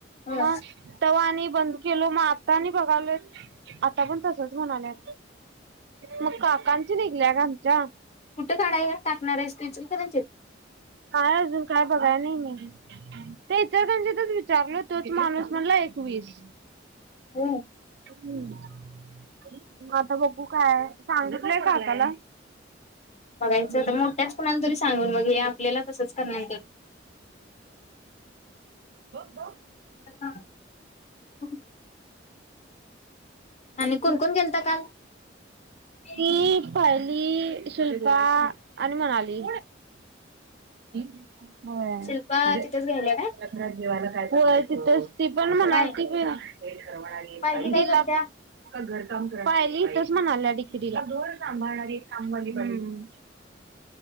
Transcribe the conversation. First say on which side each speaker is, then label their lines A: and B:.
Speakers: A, on the left; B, on the right.
A: होय
B: मग तवा आणि बंद केलो मग आता बघालोय आता पण तसंच म्हणालय मग काकांची निघल्या ग आमच्या
A: कुठं काढाया टाकणार आहेस इचलकरंजीत
B: काय अजून काय बघाय नाही मी ते इचलकरंजीतच विचारलो तोच माणूस म्हणला एकवीस
A: हो.
B: हम्म आता बघ तु काय सांगितलंय काकाला
A: बघायचं आता मोठ्याच कुणाला तरी सांगून मग हे आपल्याला तसंच करणार ते
B: बरं
A: <unintelligible> आणि कोण कोण गेलता काल? तुम्ही
B: ती ली शिल्पा आणि मनाली होय. <unintelligible>
A: शिल्पा तिथेच घ्यायल्या काय?
B: होय तिथेच ती पण म्हणायती
A: पाय
B: कि <unintelligible> तिला
A: पायली काय करत्या?
B: पायली इथंच म्हणायली डिकेटीला <unintelligible> संभाळणारी एक कामवाली बाई हम्म